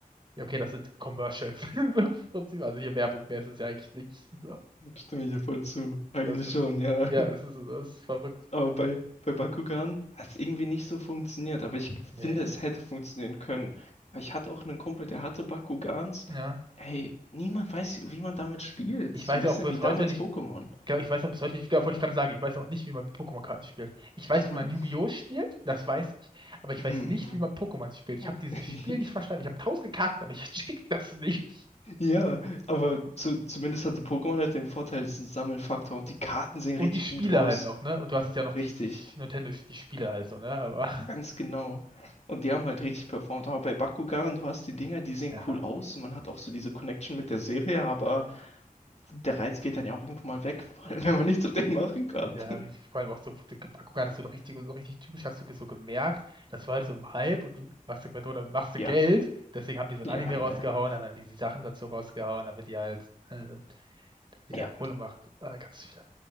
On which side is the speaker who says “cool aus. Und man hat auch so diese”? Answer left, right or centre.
Left